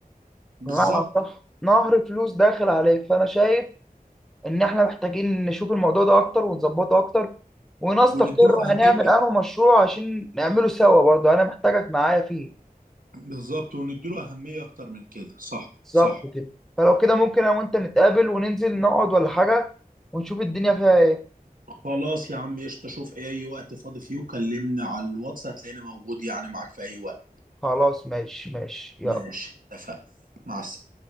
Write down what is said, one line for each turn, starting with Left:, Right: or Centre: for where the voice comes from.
Right: بالظبط
Centre: غلط صح نهر فلوس داخل عليك فانا شايف ان احنا محتاجين نشوف الموضوع ده اكتر ونظبطه اكتر ونستقر
Right: ونديله اهميه
Centre: هنعمل انه مشروع عشان نعمله سوا برضه انا محتاجك معايا فيه
Right: بالظبط ونديله أهمية أكتر من كده صح
Centre: بالظبط
Right: صح
Centre: كده فلو كده ممكن انا وانت نتقابل وننزل نقعد ولا حاجة ونشوف الدنيا فيها ايه
Right: خلاص يا عم قشطة شوف أي أي وقت فاضي فيه وكلمني على الواتس هتلاقيني موجود يعني معاك في أي وقت
Centre: خلاص ماشي ماشي
Right: ماشي
Centre: يلا
Right: اتفقنا مع السلامة